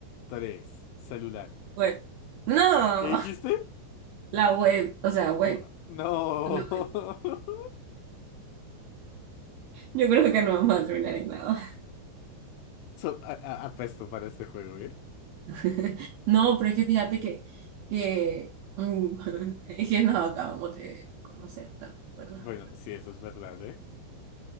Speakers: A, on the left (about 85°); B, on the right (about 80°).
A: tres. Celular.
B: web. No,
A: ¿Qué dijiste?
B: <laughs> la web, o sea, web.
A: ¿Cómo? No.
B: la web.
A: <laughs>
B: Yo creo que no vamos a terminar en nada.
A: So- a- a- apesto para este juego, ¿eh?
B: <laughs> No, pero es que fíjate que, que, mm, <laughs> es que nos acabamos de conocer también, ¿verdad?
A: Bueno, sí, eso es verdad, ¿eh?